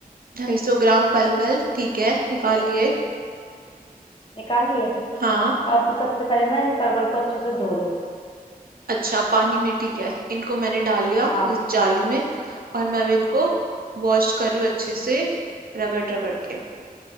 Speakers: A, on the right; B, on the left.
A: ढाई सौ ग्राम पलवल ठीक है निकाल लिए
B: निकाल लिए
A: हाँ
B: अब सबसे पहले ना इन परवल को अच्छे से धो लो
A: अच्छा पानी में ठीक है इनको मैंने डाल लिया
B: हाँ
A: इस जाली में और मैं अब इनको वॉश कर रही हूँ अच्छे से रगड़ रगड़ के